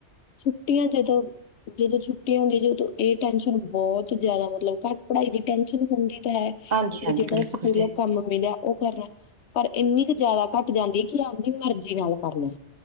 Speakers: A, on the left (about 70°); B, on the right (about 45°).
A: ਛੁੱਟੀਆਂ ਜਦੋਂ ਜਦੋਂ ਛੁੱਟੀ ਹੁੰਦੀ ਜੀ ਉਦੋਂ ਏ ਟੈਨਸ਼ਨ ਬੋਤ ਜਾਦਾ ਮਤਲਬ ਘੱਟ ਪਢਾਈ ਦੀ ਟੈਨਸ਼ਨ ਹੁੰਦੀ ਤੇ ਹੈ,
B: ਹਾਂਜੀ
A: ਵੀ
B: ਹਾਂਜੀ
A: ਜੇੜਾ
B: ਬਿਲਕੁਲ
A: ਸਕੂਲਾਂ
B: ਜੀ
A: ਕੰਮ ਮਿਲਿਆ ਓ ਕਰਨਾ, ਪਰ ਇਨੀ ਕ ਜਾਦਾ ਘੱਟ ਜਾਂਦੀਏ ਕਿ ਆਪਦੀ ਮਰਜੀ ਨਾਲ ਕਰਨੈ